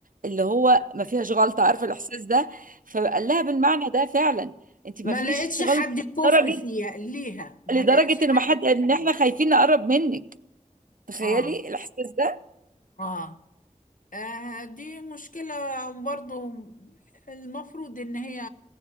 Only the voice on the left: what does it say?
ما
لقيتش
حد كفء
فيها ليها ما
لقيتش حد
كفء
فيها
اه
اه آه، دي مشكلة برضو المفروض إن هي